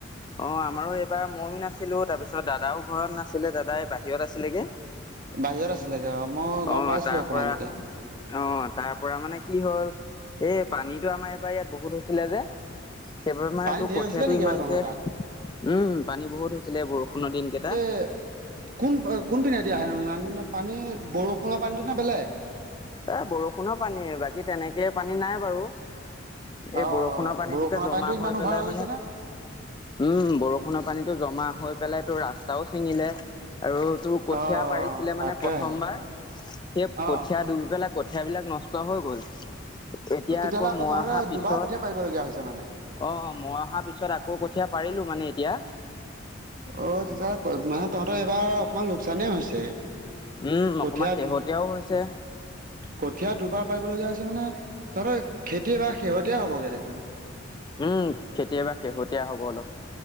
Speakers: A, on the left; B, on the right.
A: অ' আমাৰো এইবাৰ ময়ো নাছিলোঁ তাৰপিছত দাদাও ঘৰত নাছিলে দাদাই বাহিৰত আছিলেগে।
B: বাহিৰত আছিলেগে অ'‌ মই গম
A: অ
B: পাইছিলোঁ
A: তাৰ
B: অকমানকে।
A: পৰা অ', তাৰ পৰা মানে কি হ'ল এ পানীটো আমাৰ এবাৰ ইয়াত বহুত হৈছিলে যে, সেইবাবে মানে
B: পানী
A: তোৰ
B: ঢেৰ
A: কঠীয়াটো
B: হৈছিলে নেকি
A: ইমানকে
B: এইবাৰ তহঁতৰ তাত
A: উম, পানী বহুত হৈছিলে বৰষুণৰ দিন কেইটা।
B: এ, কোন অ- কোন পিনেদি আহে নো ইমান পানী, বৰষুণৰ পানীটো নে বেলেগ?
A: এ, বৰষুণৰ পানীয়ে, বাকী তেনেকে পানী নাই বাৰু। এ
B: অ
A: বৰষুণৰ
B: অ
A: পানীটোকে
B: বৰষুণৰ
A: জমা
B: পানীটো
A: হৈ
B: ইমান অভাৰ
A: পেলাই
B: গৈছে
A: মানে
B: নে?
A: উম, বৰষুণৰ পানীটো জমা হৈ পেলাই তোৰ ৰাস্তাও চিঙিলে আৰু তোৰ কঠীয়া
B: অ অ
A: পাৰিছিলে
B: তাকেহে
A: মানে প্ৰথমবাৰ, সেই
B: অ
A: কঠীয়া ডুবি পেলাই কঠীয়াবিলাক নষ্ট হৈ গ'ল। এতিয়া
B: তেতিয়াহ'লে
A: আকৌ মই
B: তহঁতে
A: অহা পিছত
B: দুবাৰ কঠীয়া পাৰিবলগীয়া হৈছে মানে?
A: অ', অ', মই অহা পিছত আকৌ কঠীয়া পাৰিলোঁ মানে এতিয়া।
B: অ', তেতিয়া ক- মানে তহঁতৰ এইবাৰ অকমান লোকচানে হৈছে।
A: উম,
B: কঠীয়া
A: অকমান শেহতীয়াও হৈছে।
B: কঠীয়া দুবাৰ পাৰিবলগীয়া হৈছে মানে, তহঁতৰ খেতি এইবাৰ শেহতীয়া হ'বগে দেখোন।
A: উম, খেতি এইবাৰ শেহতীয়া হ'ব অলপ।